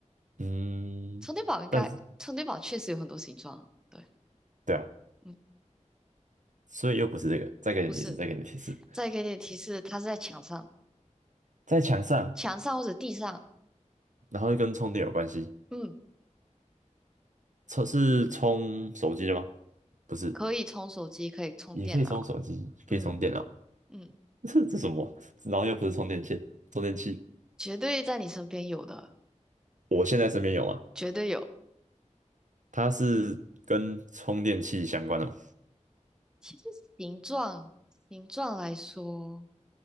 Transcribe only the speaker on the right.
嗯，
但是
对啊，
所以又不是这个，再给你提示，
再给你提示，
在墙上，
然后又跟充电有关系。
充是充手机的吗？不是，
也可以充手机，可以充电脑。
<laughs> 这这什么？然后又不是充电线、充电器。
我现在身边有啊，
它是跟充电器相关的吗？